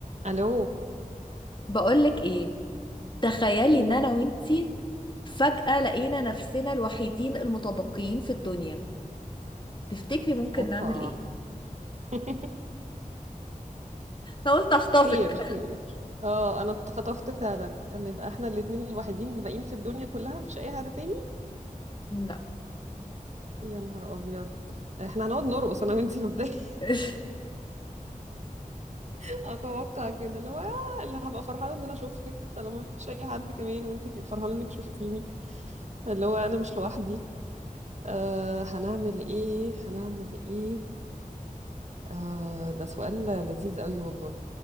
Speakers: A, on the right; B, on the left.
A: الو
B: بقولك ايه تخيلي
A: مم.
B: ان انا وانتي فجأة لقينا نفسنا الوحيدين المتبقيين في الدنيا تفتكري ممكن
A: اوبا
B: نعمل ايه
A: <laughs>
B: انا قلت اخطفك
A: خير خير اه انا اتخطفت فعلا ان يبقى احنا الاتنين الوحيدين الباقيين في الدنيا كلها مش اي حد تاني
B: لا
A: يا نهار ابيض احنا هنقعد نرقص انا وانتي مبدئيا
B: <laughs>
A: <laughs> اتوقع كده اللي هو آه، انا هبقى فرحانه ان انا شفتك طالما مفيش اي حد كمان وانتي تبقي فرحانه انك شفتيني اللي هو انا مش لوحدي أه هنعمل ايه هنعمل ايه آه ده سؤال لذيذ قوي والله